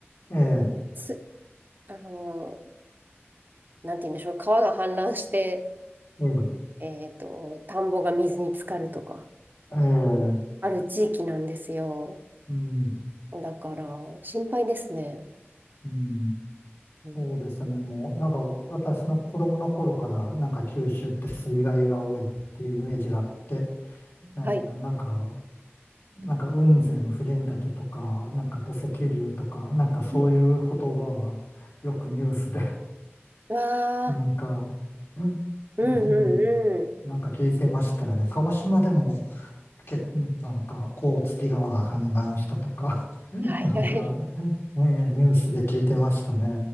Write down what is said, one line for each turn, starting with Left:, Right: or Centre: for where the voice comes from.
Left: ええ。
Right: す、あの、なんて言うんでしょう、川が氾濫して、
Left: うん
Right: えっと、田んぼが水に浸かるとか、
Left: ええ。
Right: ある地域なんですよ。
Left: うん。
Right: だから、心配ですね。
Left: うん。
Right: うん、
Left: そうですね。もう、なんか、私の子供の頃から、なんか九州って水害が多いっていうイメージがあって、な、
Right: はい。
Left: なんか、なんか雲仙普賢岳とか、なんか土石流とか、なんかそういう言葉はよくニュースで、
Right: うんわ
Left: <laughs> なんか、うんう
Right: ー、うんうんうん。
Left: んなんか聞いてましたよね。鹿児島でも結構、なんか、甲突川が氾濫したとか、<laughs>
Right: はいはい。
Left: なんか、ねニュースで聞いてましたね。